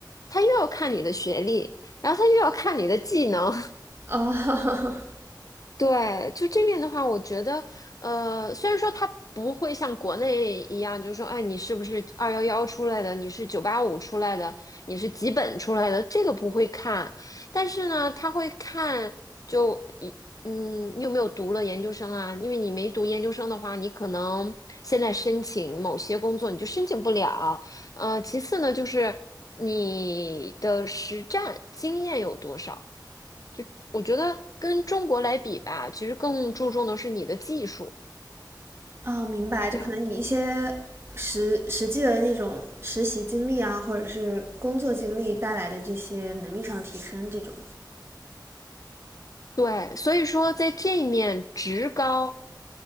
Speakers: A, on the left; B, on the right.
A: 他又要看你的学历，然后他又要看你的技能，
B: 哦
A: 对，就这面的话，我觉得，呃，虽然说它不会像国内一样，就是说，哎，你是不是二幺幺出来的，你是九八五出来的，你是几本出来的，这个不会看，但是呢，他会看就一。嗯，你有没有读了研究生啊？因为你没读研究生的话，你可能现在申请某些工作你就申请不了。呃，其次呢，就是你的实战经验有多少。我觉得跟中国来比吧，其实更注重的是你的技术，
B: <laughs> 哦，明白，
A: 这样。
B: 就可能你一些实实际的那种实习经历啊，或者是工作经历带来的这些能力上提升，这种
A: 对，所以说在这一面，职高